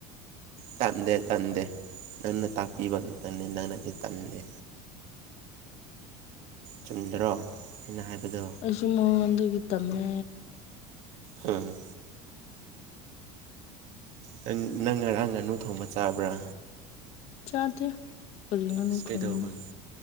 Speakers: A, on the right; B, on the left.
A: ꯇꯝꯗꯦ ꯇꯝꯗꯦ ꯅꯪꯅ ꯇꯥꯛꯄꯤꯕ ꯉꯥꯛꯇꯅꯤ ꯅꯪꯅꯗꯤ ꯇꯝꯗꯦ ꯆꯨꯝꯗ꯭ꯔꯣ ꯑꯩꯅ ꯍꯥꯏꯕꯗꯣ
B: ꯑꯩꯁꯨ ꯃꯉꯣꯟꯗꯒꯤ ꯇꯝꯃꯦ
A: ꯍꯝ ꯅꯪ ꯅꯪ ꯉꯔꯥꯡ ꯉꯥꯅꯨ ꯊꯣꯡꯕ ꯆꯥꯕ꯭ꯔꯥ
B: ꯆꯥꯗꯦ ꯀꯔꯤ ꯉꯅꯨ
A: ꯏꯁ
B: ꯊꯣꯡꯕꯅꯣ
A: ꯀꯩꯗꯧꯕꯒꯤ